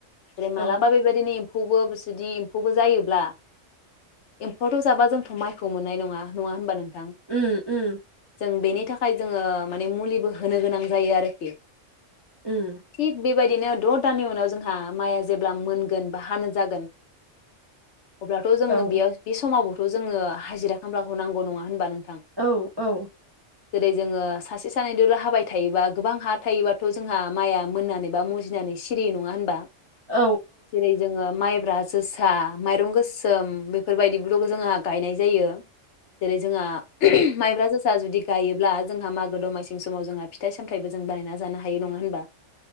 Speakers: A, on the left; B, on the right.
A: ।
B: औ
A: मालाबा बे बायदिनि एम्फौबो जदि एम्फौबो जायोब्ला एम्फौआथ' जाबा जोंथ' माइखौ मोननाय नङा नङा होनबा नोंथां ।
B: ओम ओम
A: जों बेनि थाखाय जोङो माने मुलिबो होनो गोनां जायो आरोखि
B: ओम
A: थिग बेबायदिनो द' दाननि उनाव जोंहा माइआ जेब्ला मोनगोन बा हानो जागोन अब्लाथ' जोङो
B: औ औ
A: बेयाव बे समाव थ' जोङो हाजिरा खामलाखौ नांगौ नङा होनबा नोंथां ।
B: औ औ।
A: जेरै जोङो सासे सानैजों हाबाय थायोबा गोबां हा थायोबाथ' जोंहा माइआ मोननानै बा मुजिनानै सिरि नङा होनबा।
B: औ
A: जेरै जोङो माइ मायब्रा, जोसा, माइरं गोसोम बेफोरबायदिबो जोंहा गायनाय जायो जेरै जोंहा माइब्र जोसा जुदि गायोब्ला जोंहा मागो दमासिंनि समाव जोंहा फिथाइ सामथायाइबो जों बानायना जानो हायो नङा होनबा।